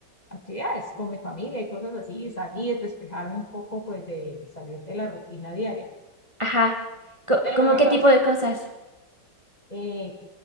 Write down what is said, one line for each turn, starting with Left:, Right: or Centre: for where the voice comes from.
Left: actividades con mi familia y cosas así, salir, despejarme un poco, pues de salir de la rutina diaria.
Right: Ajá, Co-
Left: De lo
Right: ¿cómo
Left: primero
Right: qué
Left: que
Right: tipo
Left: me gusta,
Right: de cosas?
Left: eh,